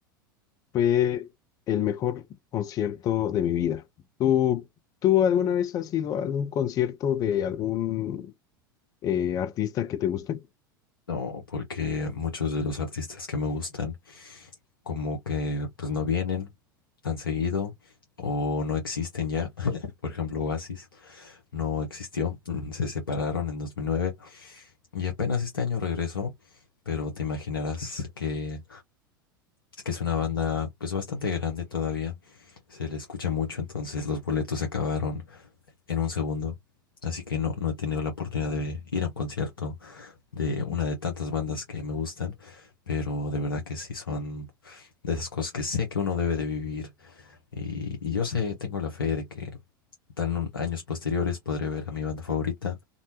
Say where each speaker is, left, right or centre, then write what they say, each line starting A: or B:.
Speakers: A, on the left (about 30°); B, on the left (about 75°).
A: fue el mejor concierto de mi vida. ¿Tú, tú alguna vez has ido a algún concierto de algún eh, artista que te guste?
B: No, porque muchos de los artistas que me gustan como que pues no vienen tan seguido o no existen ya. <laughs> Por ejemplo, Oasis no existió, mm, se separaron en 2009 Y apenas este año regresó, pero te imaginarás que es que es una banda pues bastante grande todavía. Se le escucha mucho, entonces los boletos se acabaron en un segundo. Así que no, no he tenido la oportunidad de ir a un concierto de una de tantas bandas que me gustan, pero de verdad que sí son de esas cosas que sé que uno debe de vivir. Y, y yo sé, tengo la fe de que tal en un- años posteriores podré ver a mi banda favorita,